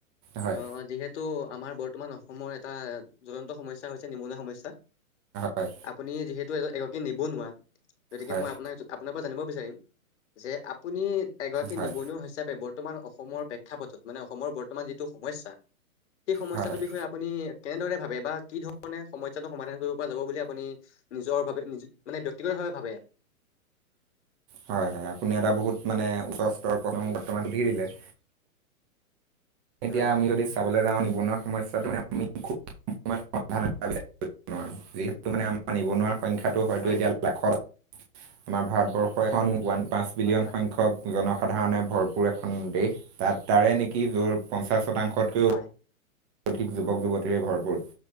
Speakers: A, on the right; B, on the left.
A: হয়
B: অ যিহেত তু আমাৰ বৰ্তমান অসমৰ এটা জ্বলন্ত সমস্যা হৈছে নিবনুৱা সমস্যা
A: হয়
B: আপুনি যিহেতু এ এগৰাকী নিবনুৱা গতিকে
A: হয়
B: মই আপোনাক আপোনাৰ পৰা জানিব বিচাৰিম যে আপুনি এগৰাকী
A: হয়
B: নিবনুৱা হিচাপে বৰ্তমান অসমৰ প্ৰেক্ষাপটত মানে অসমৰ বৰ্তমান যিটো সমস্যা সেই সমস্যাটোৰ
A: হয়
B: বিষয়ে আপুনি কেনেদৰে ভাবে বা কি ধৰণে সমস্যাটো সমাধান কৰিব পৰা যাব বুলি আপুনি নিজৰ ভাৱে নিজ মানে ব্যক্তিগতভাৱে ভাবে
A: হয় হয় আপুনি এটা বহুত মানে উচ্চ স্তৰৰ প্ৰশ্ন বৰ্তমান সুধি দিলে এতিয়া
B: হয়
A: আমি যদি চাবলৈ যাওঁ নিবনুৱা সমস্যাটো মানে আমি <unintelligible> যিহেতু মানে আমাৰ নিবনুৱা সংখ্যাটো হয়তো
B: হয়
A: এতিয়া লাখত আমাৰ ভাৰতবৰ্ষ, এখন ওৱান পাঁচ বিলিয়ন
B: হয় হয়
A: সংখ্যক জনসাধাৰণে ভৰপূৰ এখন দেশ। তাত তাৰে নেকি য'ৰ পঞ্চাছ শতাংশতকৈ
B: হয়।
A: অধিক যুৱক -যুৱতীৰে ভৰপূৰ